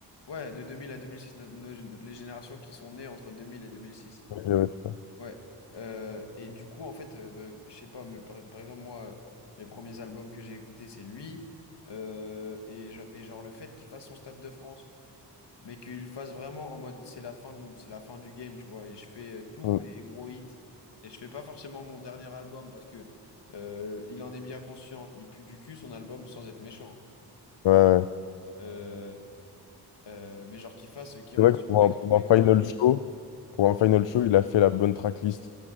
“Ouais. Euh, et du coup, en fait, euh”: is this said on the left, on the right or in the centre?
Left